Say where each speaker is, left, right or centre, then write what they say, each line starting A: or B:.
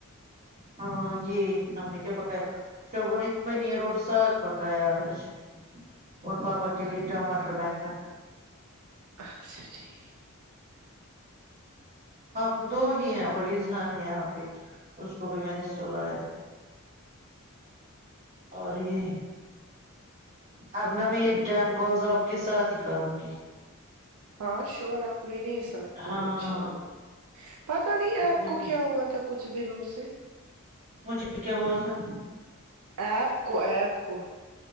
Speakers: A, on the right (about 30°); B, on the right (about 80°).
A: ہاں یہ ہم نے کیا پکایا ہم لوگوں نے پنیر اور ساگ پکایا آج اور پاپا کے لیے ٹماٹر بہگن
B: اچھا ٹھیک
A: ہم دو ہی ہیں اور اذان ہے یہاں پہ اس کو بھی میں نے سلایا اور یہ ابنا میں یہ ٹین کوالز آپ کے ساتھ ہی کروں گی
B: ہاں شور آپ میرے ہی ساتھ کرو
A: ہاں
B: ان شاء اللہ پتا نہیں
A: اس
B: آیپ
A: میں
B: کو کیا ہوا تھا کچھ دنوں سے
A: مجھے کیا ہوا تھا
B: ایپ کو ایپ کو